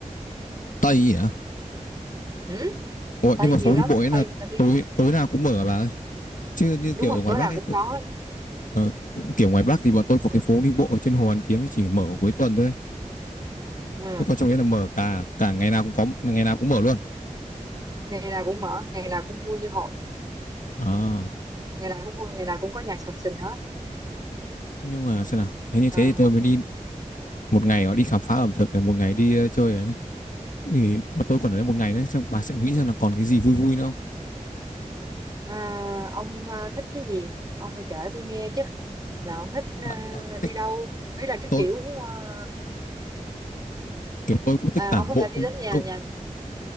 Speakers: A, on the left; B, on the right.
A: Tây à?
B: ừ?
A: Ủa,
B: Tây
A: nhưng mà
B: nhiều
A: phố
B: lắm
A: đi bộ ấy
B: Tây
A: là
B: người ta đi
A: tối tối nào cũng mở à bà ơi. Chứ như
B: đúng
A: kiểu
B: rồi
A: ở ngoài
B: tối
A: Bắc
B: nào
A: ấy,
B: cũng
A: tôi,
B: có hết
A: ờ, kiểu ngoài Bắc thì bọn tôi có
B: ừ
A: cái phố đi bộ ở trên Hồ Hoàn Kiếm ấy chỉ mở vào cuối tuần thôi.
B: ừ
A: Thế còn trong đấy là mở cả cả ngày nào cũng có ngày nào cũng mở luôn
B: ngày nào cũng mở ngày nào cũng vui như hội
A: à
B: ngày nào cũng vui ngày nào cũng có nhạc sập sình hết
A: nhưng mà xem nào nếu
B: mà,
A: như thế thì tôi
B: mà
A: mới đi một ngày đó đi khám phá ẩm thực này một ngày đi ờ, chơi này, này. Ừ, mà tôi còn ở đây một ngày đấy xong bà sẽ nghĩ rằng là còn cái gì vui vui nữa không
B: à, ông à, thích cái gì ông phải kể tôi nghe chứ là ông thích à,
A: à, thế
B: đi đâu ý là cái
A: tôi
B: kiểu à, ừ.
A: kiểu tôi cũng thích
B: à,
A: tản
B: ông có
A: bộ
B: thể
A: cũng
B: đi đến nhà
A: cũng
B: nhà